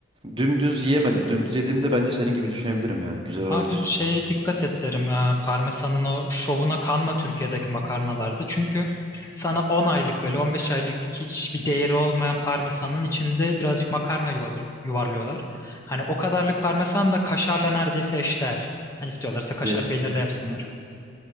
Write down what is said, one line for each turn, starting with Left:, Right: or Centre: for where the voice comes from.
Right: Dümdüz yiyemedim. Dümdüz yediğimde bence senin gibi düşünebilirim ya. Güzel olabilir.
Left: abi bir şeye dikkat et derim. Ee, parmesanın o şovuna kanma Türkiye'deki makarnalarda. Çünkü sana 10 aylık böyle 15 aylık hiçbir değeri olmayan parmesanın içinde birazcık makarna yuvalı- yuvarlıyorlar. Hani o kadarlık parmesan da kaşarla neredeyse eşdeğer. Hani istiyorlarsa kaşar
Right: Hadi ya.
Left: peynir de yapsınlar.